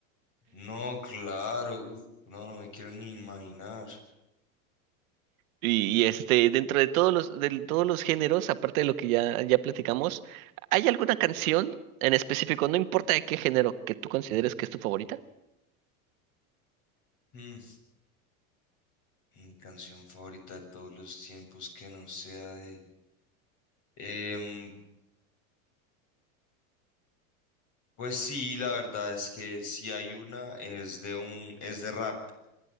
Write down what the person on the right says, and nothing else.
Y, y, este, dentro de todos los, de todos los géneros, aparte de lo que ya, ya platicamos, ¿hay alguna canción en específico, no importa de qué género, que tú consideres que es tu favorita?